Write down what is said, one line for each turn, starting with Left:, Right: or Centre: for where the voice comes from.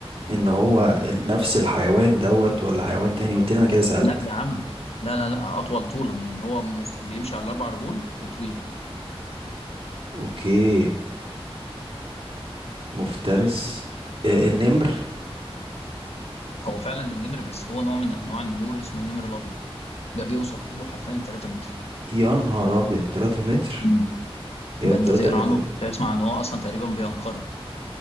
Right: ان هو ال- نفس الحيوان دوت ولا حيوان تاني قلت لي انا كده سألت
Left: لا يا عم لا لا لا اطول طولا يعني هو مفت... بيمشي على الاربع رجول وطويل
Right: اوكي مفترس آه، النمر
Left: هو فعلا النمر بس هو نوع من انواع النمور اسمه النمر الابيض ده بيوصل طوله حرفيا ل 3 متر
Right: يا نهار ابيض 3 متر
Left: مم.
Right: يا
Left: ده
Right: 3
Left: انت تقرا
Right: متر
Left: عنه تسمع ان هو اصلا تقريبا بينقرض